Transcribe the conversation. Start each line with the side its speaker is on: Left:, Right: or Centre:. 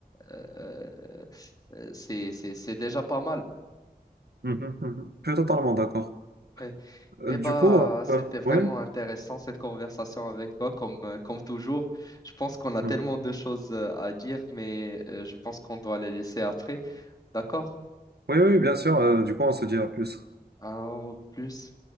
Left: euh, euh, c'est, c'est c'est déjà pas mal.
Right: Mhm, mhm. mhm. Je suis totalement d'accord.
Left: Ouais.
Right: Euh,
Left: Eh
Right: du
Left: bah,
Right: coup,
Left: c'était
Right: euh,
Left: vraiment
Right: oui,
Left: intéressant cette conversation avec toi, comme, euh, comme toujours. Je pense qu'on a
Right: mhm.
Left: tellement de choses euh, à dire, mais euh, je pense qu'on doit les laisser après. D'accord?
Right: Oui, oui, bien sûr. euh, du coup, on se dit à plus.
Left: Alors, au plus.